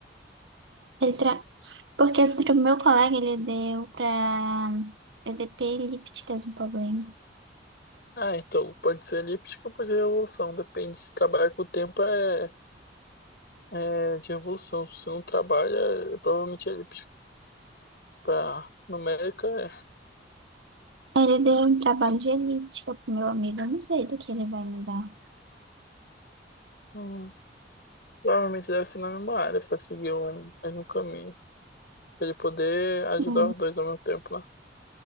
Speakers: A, on the right; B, on the left.
A: ele tra... porque o meu colega ele deu pra EDP elípticas um problema.
B: Ah, então pode ser elíptica ou pode ser revolução. Depende se trabalha com o tempo é, é de revolução. Se não trabalha, é provavelmente é elíptica. Para numérica, é.
A: Ele deu um trabalho de elíptica pro meu amigo, eu não sei do que ele vai me dar.
B: Hum, provavelmente deve ser na mesma área, para seguir o mesmo caminho. Para ele poder
A: Sim.
B: ajudar os dois ao mesmo tempo, né?